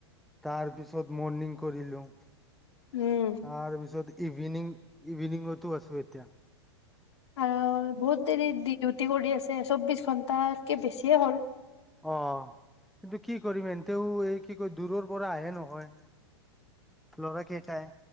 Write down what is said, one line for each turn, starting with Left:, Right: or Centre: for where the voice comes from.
Centre: তাৰ পিছত মৰ্ণিং কৰিলো তাৰপিছত
Left: উম
Centre: ইভিনিং ইভিনিঙতো আছোঁ এতিয়া
Left: আৰু বহুত দেৰি দিও টি কৰি আছে চৌব্বিশ ঘণ্টাতকে বেছিয়ে হ'ল
Centre: অঁ কিন্তু কি কৰিম এনতেও এই কি কয় দূৰৰ পৰা আহে নহয় লৰা কেইটাই